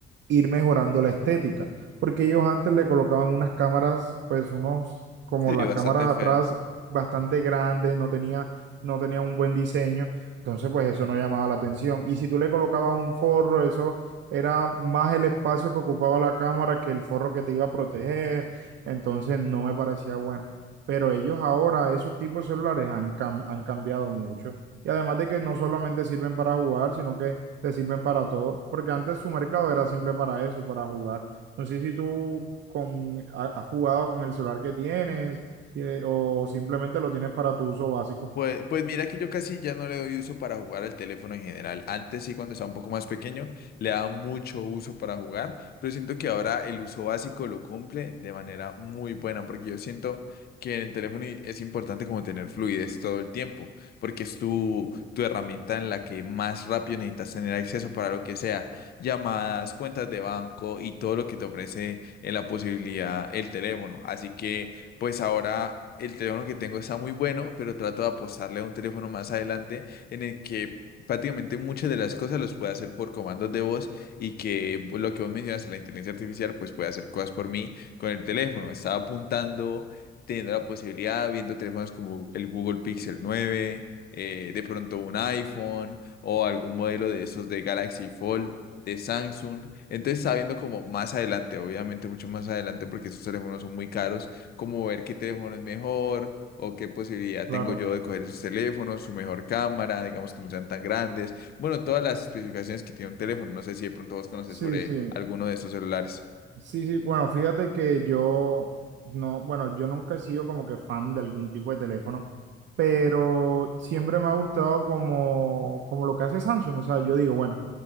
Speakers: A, on the right; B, on the left.
A: ir mejorando la estética, porque ellos antes le colocaban unas cámaras, pues unos, como
B: Sí,
A: las
B: bastante
A: cámaras atrás,
B: feas.
A: bastante grandes, no tenía, no tenía un buen diseño, entonces pues eso no llamaba la atención. Y si tú le colocabas un forro, eso era más el espacio que ocupaba la cámara que el forro que te iba a proteger, entonces no me parecía bueno. Pero ellos ahora, esos tipos de celulares han, cam- han cambiado mucho. Y además de que no solamente sirven para jugar, sino que te sirven para todo, porque antes su mercado era simple para eso, para jugar. No sé si tú con, ha- has jugado con el celular que tienes, tiene- o simplemente lo tienes para tu uso básico.
B: Pues, pues mira que yo casi ya no le doy uso para jugar al teléfono en general. Antes sí, cuando estaba un poco más pequeño, le daba mucho uso para jugar, pero siento que ahora el uso básico lo cumple de manera muy buena, porque yo siento que en el teléfono y- es importante como tener fluidez todo el tiempo, porque es tu, tu herramienta en la que más rápido necesitas tener acceso para lo que sea, llamadas, cuentas de banco y todo lo que te ofrece en la posibilidad el teléfono. Así que pues ahora el teléfono que tengo está muy bueno, pero trato de apostarle a un teléfono más adelante en el que prácticamente muchas de las cosas las pueda hacer por comandos de voz y que pues, lo que vos mencionas, la inteligencia artificial, pues puede hacer cosas por mí con el teléfono. Estaba apuntando, teniendo la posibilidad, viendo teléfonos como el Google Pixel nueve, eh, de pronto un iPhone o algún modelo de esos de Galaxy Fold de Samsung. Entonces está viendo como más adelante, obviamente mucho más adelante porque esos teléfonos son muy caros como ver qué teléfono es mejor o qué posibilidad
A: Claro.
B: tengo yo de coger esos teléfonos, su mejor cámara, digamos que no sean tan grandes. Bueno, todas las especificaciones que tiene un teléfono. No sé si de pronto vos conoces
A: Sí,
B: sobre
A: sí.
B: alguno de esos celulares.
A: Sí, sí, bueno, fíjate que yo no, bueno, yo nunca he sido como que fan de algún tipo de teléfono, pero siempre me ha gustado como, como lo que hace Samsung. O sea, yo digo, bueno,